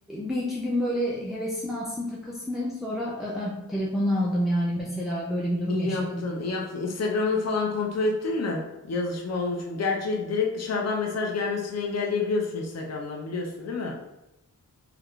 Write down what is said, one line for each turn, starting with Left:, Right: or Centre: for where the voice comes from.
Centre: bir iki gün böyle hevesini alsın takılsın dedim. Sonra "Aa, telefonu aldım yani mesela böyle bir durum
Left: İyi
Centre: yaşadım.
Left: yaptın, iyi yaptın. Instagram'ını falan kontrol ettin mi? Yazışma olmuş mu? Gerçi direkt dışarıdan mesaj gelmesini engelleyebiliyorsun Instagram'dan biliyorsun değil mi?